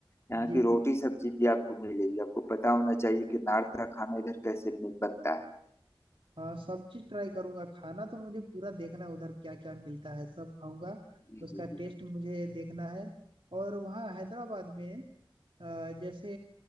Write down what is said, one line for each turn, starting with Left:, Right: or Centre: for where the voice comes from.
Left: यहाँ
Right: जी
Left: की रोटी सब्जी भी आपको मिलेगी आपको पता होना चाहिए कि नॉर्थ का खाना इधर कैसे मिल बनता है
Right: हाँ सब चीज ट्राई करूंगा खाना तो मुझे पूरा देखना है उधर क्या क्या मिलता है सब खाऊंगा
Left: जी
Right: उसका
Left: जी जी
Right: टेस्ट मुझे देखना है और वहाँ हैदराबाद में अ, जैसे